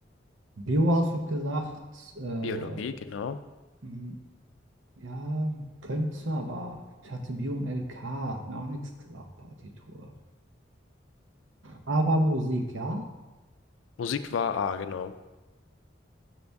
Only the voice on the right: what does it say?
Bio hast du gesagt. Äh,
m- Ja, könnte, aber ich hatte Biom LK, hat mir auch nichts gesagt, Partitur. Aber Musik, ja?